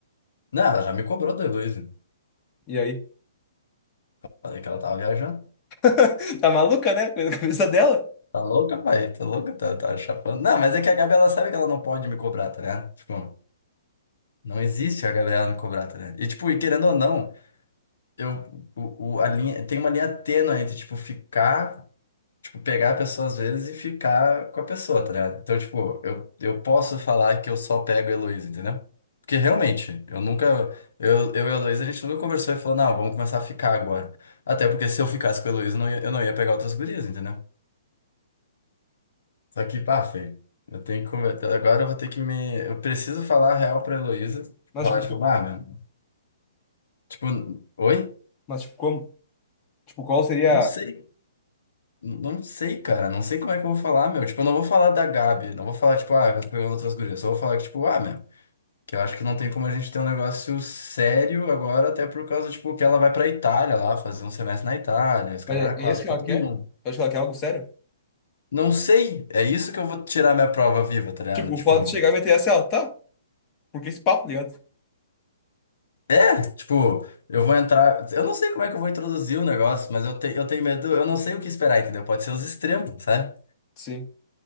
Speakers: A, on the left (about 70°); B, on the left (about 30°).
A: não, ela já me cobrou da Heloísa.
B: E aí?
A: Falei que ela tava viajando.
B: <laughs> Tá maluca, né? Coisa da cabeça dela.
A: Tá louca, pai? Tá louca? Tá, tá chapando. Não, mas é que a Gabi, ela sabe que ela não pode me cobrar, tá ligado? Tipo. Não existe a Gabriela Nicobrato, né? E, tipo, e querendo ou não, eu, o, o- a linha, tem uma linha tênue entre, tipo, ficar, tipo, pegar a pessoa às vezes e ficar com a pessoa, tá ligado? Então, tipo, eu, eu posso falar que eu só pego a Heloísa, entendeu? Porque realmente, eu nunca, eu, eu e a Heloísa, a gente nunca conversou e falou, não, vamos começar a ficar agora. Até porque se eu ficasse com a Heloísa, eu não ia, eu não ia pegar outras gurias, entendeu? Só que, pá, feio. Eu tenho que conver- Agora eu vou ter que me. Eu preciso falar a real pra Heloísa.
B: Mas
A: Falar,
B: tipo, co-
A: tipo, ah, meu. Tipo, oi?
B: mas, tipo, como? Tipo, qual seria.
A: Não sei, não sei, cara, não sei como é que eu vou falar, meu. Tipo, eu não vou falar da Gabi, não vou falar, tipo, ah, que eu tô pegando outras gurias. Só vou falar que, tipo, ah, meu, que eu acho que não tem como a gente ter um negócio sério agora, até por causa, tipo, que ela vai pra Itália lá, fazer um semestre na Itália, os caras
B: Mas é é
A: quatro.
B: isso que
A: Tipo,
B: ela quer?
A: tem um.
B: Eu acho que ela quer algo sério.
A: Não sei, é isso que eu vou tirar minha prova viva, tá ligado?
B: Tipo,
A: Tipo,
B: o fato de chegar e meter essa, ela, tá? Porque esse papo, tá ligado?
A: é, tipo, eu vou entrar. Eu não sei como é que eu vou introduzir o negócio, mas eu, te, eu tenho medo, eu não sei o que esperar, entendeu? Pode ser os extremos, sabe?
B: Sim.